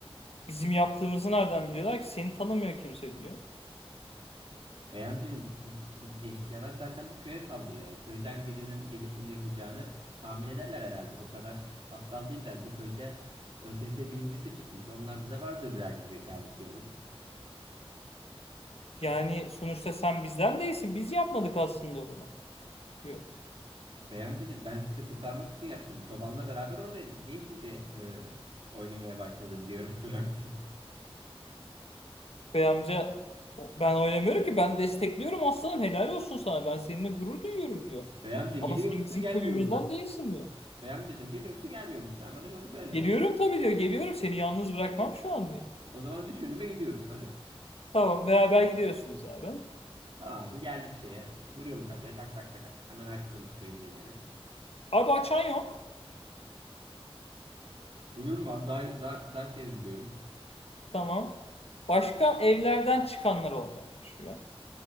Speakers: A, on the left; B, on the right.
A: Bizim yaptığımızı nereden biliyorlar ki? Seni tanımıyor kimse diyor.
B: Bey amcacığım bu, bu eşkıyalar zaten bu köye saldırıyor. Köyden birinin gelip bunu yapacağını tahmin ederler herhalde. Bu kadar aptal değiller. Bu köyde ÖSS birincisi çıkmış. Onlarda da vardır birazcık zekalık diyorum.
A: Yani sonuçta sen bizden değilsin. Biz yapmadık aslında bunu diyor.
B: Bey amcacığım ben sizi kurtarmak için yaptım. Çobanla beraber oradaydık. Niye şimdi e, oynamaya başladın diyorum <laughs> bey amca.
A: Bey amca "O- ben oynamıyorum ki ben destekliyorum aslanım helal olsun sana. Ben seninle gurur duyuyorum diyor.
B: Bey amca geliyor
A: Ama sen
B: musun
A: bizim
B: gelmiyor
A: köyümüzden
B: musun?
A: değilsin diyor.
B: Bey amcacığım geliyor musun gelmiyor musun? Sen bana bir onu söyle.
A: Geliyorum tabii diyor. Geliyorum seni yalnız bırakmam şu an diyor.
B: O zaman düş önüme gidiyoruz hadi.
A: Tamam beraber gidiyorsunuz abi.
B: Tamam abi geldik şeye. Vuruyorum kapıya tak tak tak. Hemen açsın köyün lideri.
A: Abi açan yok.
B: Vuruyorum abi daha, daha, daha şey vuruyorum.
A: Tamam. Başka evlerden çıkanlar olmaya başlıyor.